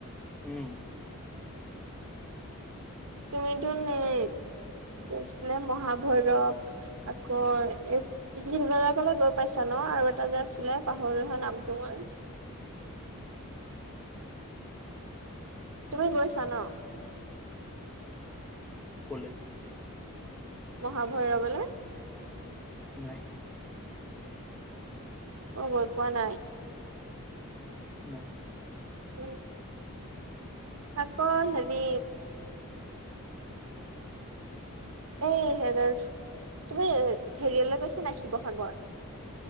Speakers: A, in the centre; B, on the right (about 70°).
A: উম।
B: তুমিতো, ন, গৈছিলা মহাভৈৰৱলৈ, আকৌ? শিলবেলালৈ গ'লে গৈ পাইছা, ন? আৰু এটা যে আছিল, পাহৰি গ'লোঁ নামটো মোৰ। তুমি গৈছা, ন?
A: ক'লে
B: মহাভৈৰৱলৈ
A: নাই।
B: অ, গ'ল পোৱা নাই।
A: নাই,
B: উ। আাকৌ, হেৰি এ, হঁ। তুমি হেৰিয়লৈ গৈছ নে, শিৱসাগৰত?